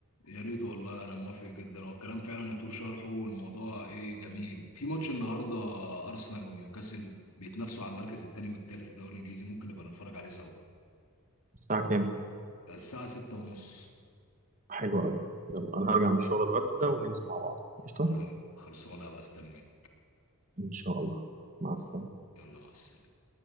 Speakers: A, on the left (about 85°); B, on the right (about 35°).
A: يا ريت والله انا موافق جدا هو الكلام فعلا يطول شرحه والموضوع ايه جميل في ماتش النهارده ارسنال ونيوكاسل بيتنافسوا على المركز الثاني والثالث في الدوري الانجليزي ممكن نبقى نتفرج عليه سوا
B: الساعه كام
A: الساعه 6:30 ونص
B: حلو قوي يلا انا هرجع من الشغل اتغدى وننزل مع بعض قشطه
A: طيب خلصانه هبقى استنى
B: ان شاء الله مع السلامه
A: يلا مع السلامه